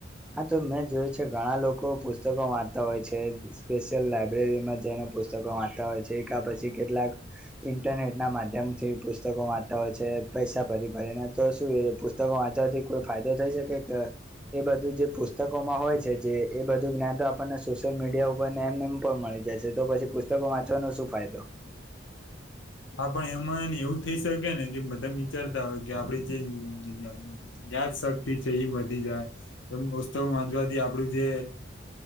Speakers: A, in the centre; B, on the left.
A: હા, તો મે જોયું છે ઘણા લોકો પુસ્તકો વાંચતા હોય છે સ્પેશિયલ લાઈબ્રેરીમાં જઈને પુસ્તકો વાંચતા હોય છે એકા પછી કેટલાક. ઇન્ટરનેટ ના માધ્યમથી પુસ્તકો વાંચતા હોય છે પૈસા ભરી ભરી ને તો શું એ. પુસ્તક વાંચવાથી કોઈ ફાયદો થઈ શકે કે એ બધું. જે પુસ્તકોમાં હોય છે જે એ બધું જ્ઞાન તો આપણને સોશિયલ મીડિયા ઉપર ને એમને એમ પણ મળી જાય છે તો પછી પુસ્તક. પુસ્તકો વાંચવાનો શું ફાયદો.
B: હા પણ એમાં એવું થઈ શકે ને કે બધા વિચારતા હોય કે આપડી જે <unintelligible> યાદ શક્તિ છે એ વધી જાય એમ પુસ્તકો વાંચવાથી આપડું જે.